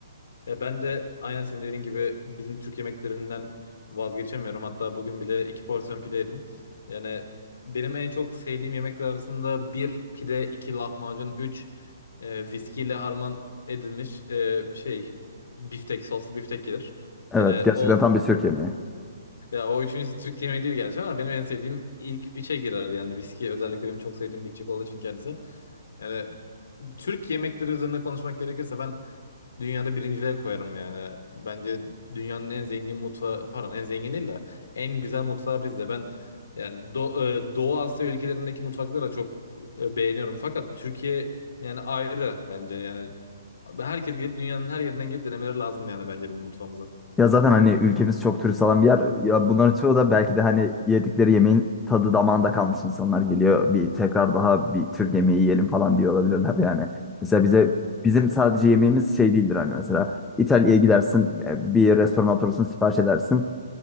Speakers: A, on the left; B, in the centre.
A: Ya ben de aynen senin dediğin gibi bizim Türk yemeklerinden vazgeçemiyorum. Hatta bugün bile iki porsiyon pide yedim. Yani benim en çok sevdiğim yemekler arasında bir pide, iki lahmacun, üç e, viskiyle harman edilmiş e, şey biftek, soslu biftek gelir.
B: Evet,
A: Yani
B: gerçekten
A: o
B: tam bir Türk yemeği.
A: Ya o üçüncüsü Türk yemeği değil gerçi ama benim en sevdiğim ilk üçe girer yani viski özellikle benim çok sevdiğim bir içecek olduğu için kendisi. Yani Türk yemekleri üzerine konuşmak gerekirse ben dünyada birinciliğe koyarım yani. Bence dünyanın en zengin mutfağı pardon en zengin değil de en güzel mutfağı bizde. Ben yani Do e, Doğu Asya ülkelerindeki mutfakları da çok e, beğeniyorum. Fakat Türkiye yani ayrı bence yani herkes gelip dünyanın her yerinden gelip denemeleri lazım yani bence bizim mutfağımıza.
B: Ya zaten hani ülkemiz çok turist alan bir yer. Ya bunların çoğu da belki de hani yedikleri yemeğin tadı damağında kalmış insanlar geliyor. Bir tekrar daha bir Türk yemeği yiyelim falan diyor olabilirler yani. Mesela bize bizim sadece yemeğimiz şey değildir hani mesela İtalya'ya gidersin e, bir restorana oturursun sipariş edersin